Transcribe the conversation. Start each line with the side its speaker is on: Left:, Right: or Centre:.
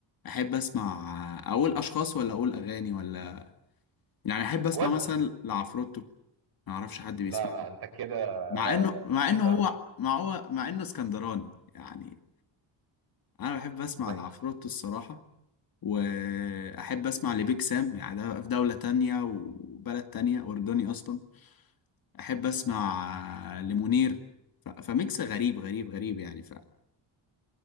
Left: احب اسمع اقول اشخاص ولا اقول اغاني ولا يعني احب اسمع
Right: ودي
Left: مثلا لعفروتو ما اعرفش حد بيسمع
Right: لا لا
Left: له
Right: أنت كده
Left: مع
Right: لا
Left: انه
Right: لا
Left: مع
Right: كده
Left: انه هو مع هو مع انه اسكندراني يعني انا بحب اسمع
Right: وحش
Left: لعفروتو الصراحة واحب اسمع لبيك سام يعني ده في دولة تانية وبلد تانية اردني اصلا احب اسمع لمنير ف... فميكس غريب غريب غريب يعني فانا